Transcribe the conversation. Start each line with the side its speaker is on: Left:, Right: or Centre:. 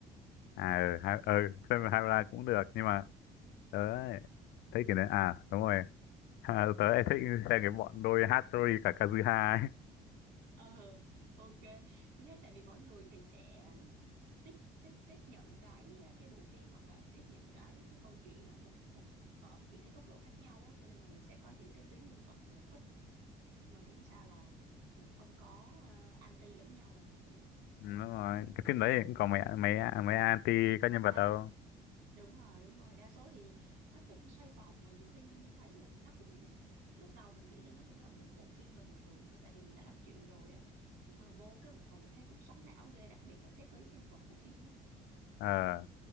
Left: à ừ, ha, ừ, Hera cũng được nhưng mà tớ ấy, thấy cái đấy à đúng rồi À, tớ lại thích xem cái bọn đôi Hattori cả Kazuha ấy.
Right: ờ ok chị thấy tại vì mỗi người thì sẽ tiếp tiếp tiếp nhận cái cái bộ phim hoặc là tiếp nhận cái cái câu chuyện đó một một ở những cái góc độ khác nhau á cho nên là mình sẽ có những cái tuyến nhân vật thì mình thích nhưng mà miễn sao là mình không có ờ, anti lẫn nhau là được rồi đúng không
Left: Ừ, đúng rồi. Cái phim đấy cũng có mấy mấy mấy anti các nhân
Right: À,
Left: vật đâu.
Right: đúng rồi đúng rồi đa số thì nó cũng xoay vòng mà nhiều khi mình như thấy là nó cũng lúc đầu mình nghĩ là nó cũng là một bộ phim bình thường thôi tại vì mình đã đọc truyện rồi á nhưng mà vô cái một hồi mình thấy cũng xoắn não ghê đặc biệt là cái tuyến nhân vật của phim á
Left: Ờ,